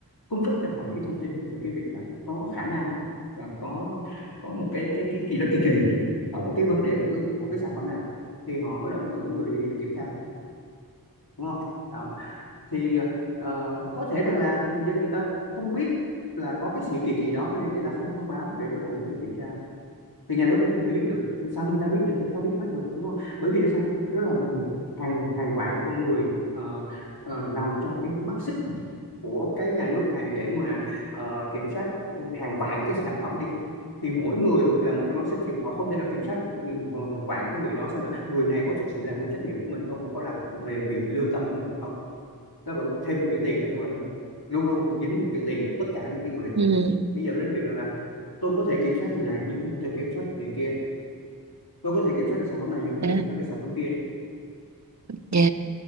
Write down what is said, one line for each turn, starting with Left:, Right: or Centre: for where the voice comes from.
Left: cung cấp cho họ những cái thông tin về cái việc là có khả năng và có có một cái cái cái gì đó kỳ kỳ ở cái vấn đề của cái, của cái sản phẩm này thì họ bắt đầu mới cử người đi để kiểm tra đúng không đó thì ờ, có thể rằng là người dân người ta không biết là có cái sự kỳ kỳ đó nên người ta không thông báo để cho nhà nước đi kiểm tra thì nhà nước cũng không thể biết được Làm sao người ta biết được Làm sao biết hết được đúng không bởi vì là sao nó là một hàng hàng vạn con người ờ, ờ, nằm trong cái mắt xích của cái nhà nước này để mà ờ, kiểm soát hàng vạn cái sản phẩm đi thì mỗi người là một cái mắt xích thì họ không thể nào kiểm soát được ừ, một vạn cái người đó xem là người này có thực sự làm đúng trách nhiệm của mình không mà có làm về vì cái lương tâm của mình hay không nó vẫn thêm một chữ tiền ở trong đó nữa luôn luôn dính một chữ tiền cho tất cả những cái người đó
Right: ừ
Left: bây giờ đến việc rằng là tôi có thể kiểm soát người này nhưng không thể kiểm soát được người kia tôi có thể kiểm soát được sản phẩm này nhưng không thể
Right: à,
Left: kiểm soát được sản phẩm kia
Right: dạ.